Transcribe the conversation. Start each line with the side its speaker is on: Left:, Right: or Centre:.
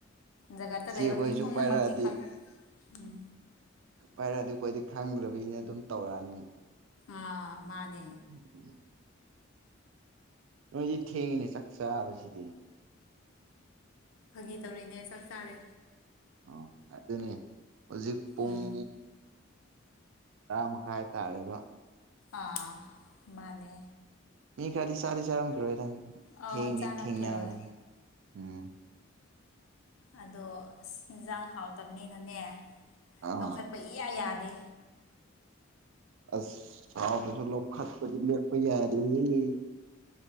Left: ꯖꯒꯠꯇ
Right: ꯏꯆꯦ
Left: ꯂꯩꯕ
Right: ꯈꯣꯏꯁꯨ
Left: ꯃꯤ ꯄꯨꯝꯅꯃꯛꯇꯤ
Right: ꯄꯥꯏꯔꯛꯑꯗꯤ
Left: ꯈꯪ ꯎꯝ
Right: ꯄꯥꯏꯔꯛꯑꯗꯤ ꯑꯈꫭꯏꯗꯤ ꯈꯪꯗ꯭ꯔꯕꯒꯤꯅ ꯑꯗꯨꯝ ꯇꯧꯔꯛꯑꯅꯤ
Left: ꯑꯥ ꯃꯥꯅꯦ
Right: <unintelligible> ꯅꯣꯏꯗꯤ ꯊꯦꯡꯉꯤꯅꯦ ꯆꯥꯛ ꯆꯥꯕꯁꯤꯗꯤ
Left: ꯐꯥꯒꯤ ꯇꯧꯔꯤꯅꯦ ꯆꯥꯛ ꯆꯥꯔꯦ
Right: ꯑꯥ ꯑꯗꯨꯅꯦ ꯍꯧꯖꯤꯛ ꯄꯨꯡ
Left: ꯎꯝ
Right: ꯇꯔꯥ ꯃꯈꯥꯏ ꯇꯥꯔꯦꯕ
Left: ꯑꯥ ꯃꯥꯅꯦ
Right: ꯃꯤ ꯈꯔꯗꯤ ꯆꯥꯔꯗꯤ ꯆꯥꯔꯝꯈꯤꯔꯣꯏꯗ
Left: ꯑꯧ
Right: ꯊꯦꯡꯗꯤ
Left: ꯆꯥꯔꯝꯈꯤꯔꯣꯏ
Right: ꯊꯦꯡꯅꯕꯅꯦ ꯎꯝ
Left: ꯑꯗꯣ ꯑꯁ ꯍꯦꯟꯖꯥꯡ ꯍꯥꯎꯇꯕꯅꯤꯅꯅꯦ
Right: ꯑꯥ
Left: ꯂꯧꯈꯠꯄ ꯏꯌꯥ ꯌꯥꯗꯦ
Right: ꯑꯁ ꯍꯥꯎꯇ꯭ꯔꯥꯁꯨ ꯂꯧꯈꯠꯄꯗꯤ ꯂꯦꯛꯄ ꯌꯥꯗꯤꯌ‌ꯦ